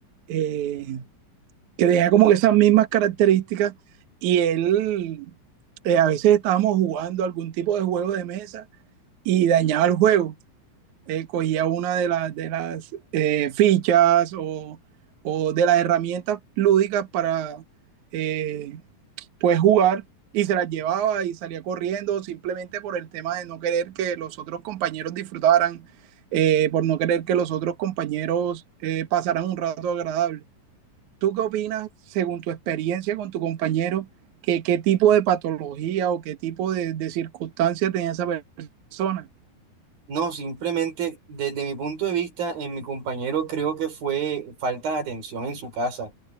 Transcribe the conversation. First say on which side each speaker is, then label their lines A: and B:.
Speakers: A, on the right (about 65°); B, on the right (about 80°).
A: eh, que tenía como que esas mismas características y él, eh, a veces estábamos jugando algún tipo de juego de mesa y dañaba el juego. Eh, cogía una de, las de las eh, fichas o, o, de las herramientas lúdicas para eh, pues jugar y se las llevaba y salía corriendo simplemente por el tema de no querer que los otros compañeros disfrutaran, eh, por no querer que los otros compañeros eh, pasaran un rato agradable. ¿Tú qué opinas, según tu experiencia con tu compañero, que, qué tipo de patología o qué tipo de, de circunstancia tenía esa persona?
B: No, simplemente desde mi punto de vista, en mi compañero creo que fue falta de atención en su casa